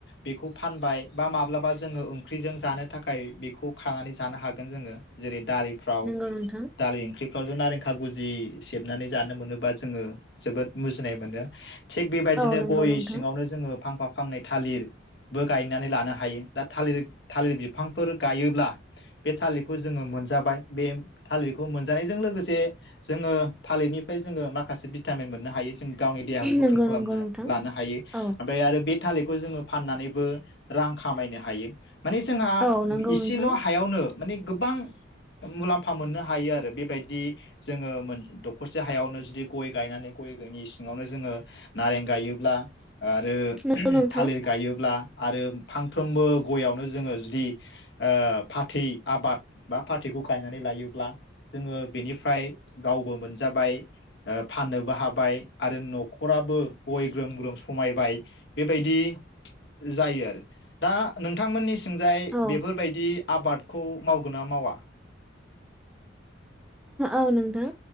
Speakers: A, on the left; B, in the centre.
A: बेखौ फानबाय बा माब्लाबा जोङो ओंख्रिजों जानो थाखाय बेखौ खानानै जानो हागोन जोङो जेरै दालिफ्राव
B: नंगौ नोंथां
A: दालि ओंख्रि फ्रावजे नारें खागुजि सेबनानै जानो मोनोबा जोङो जोबोद मुजिनाय मोनो थिग बेबायदिनो
B: औ नंगौ
A: गय
B: नोंथां
A: सिङावनो जोङो फांफा फांनै थालिरबो गायनानै लानो हायो दा थालिर थालिर बिफांफोर गायोब्ला बे थालिरखौ जोङो मोनजाबाय बे थालिरखौ मोनजानायजों लोगोसे जोङो थालिरनिफ्राय जोङो माखासे भिटामिन मोननो हायो जों गावनि देहाखौ गोख्रों
B: नंगौ
A: खालामनो
B: नंगौ नोंथां
A: लानो हायो
B: औ
A: ओमफाय आरो बे थालिरखौ जोङो फाननानैबो रां खामायनो हायो माने जोंहा
B: औ नंगौ
A: इसेल'
B: नोंथां
A: हायावनो माने गोबां मुलाम फा मोननो हायो आरो बेबायदि जोङो दखरसे हायावनो जुदि गय गायनानै गयनि सिङावनो जोङो नारें गायोब्ला आरो
B: नंगौ नोंथां
A: थालिर गायोब्ला आरो फांफ्रोमबो गयावनो जोङो जुदि फाथै आबाद बा फाथैखौ गाय गायनानै लायोब्ला जोङो बिनिफ्राय गावबो मोनजाबाय ओ फाननोबो हाबाय आरो नखराबो गय ग्रोम ग्रोम समायबाय बेबायदि जायो आरो दा नोंथांमोननिसिम जाय
B: औ
A: बेफोरबायदि आबादखौ मावगोन ना मावा
B: औ नोंथां